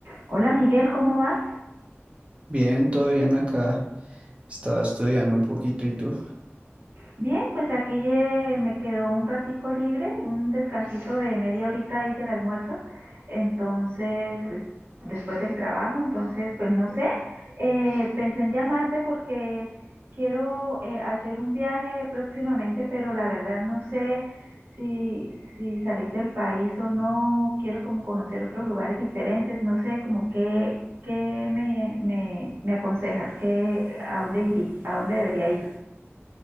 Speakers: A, on the right; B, on the right.
A: Hola Miguel, ¿cómo vas?
B: Bien, todo bien acá. Estaba estudiando un poquito y tú.
A: Bien, pues aquí eh, me quedó un ratico libre, un descansito de media horita ahí del almuerzo, entonces, des- después del trabajo, entonces, pues no sé, eh, pensé en llamarte porque quiero eh, hacer un viaje próximamente, pero la verdad no sé si, si salir del país o no, quiero como conocer otros lugares diferentes, no sé, como qué, qué me, me, me aconsejas, qué, a dónde iría, a dónde debería ir.